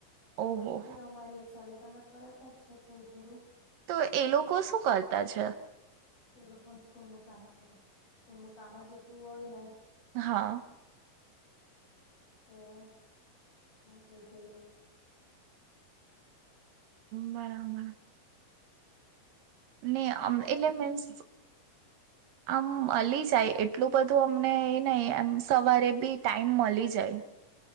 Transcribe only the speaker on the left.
તો બી અમારી હિસાબે તમે અમે કરાવતા જ છે, થોડું થોડું
એ લોકોનુ સ્કૂલ નું કામ કરે સ્કૂલ નું કામ જ એટલું હોય ને.
હા. <unintelligible>
તો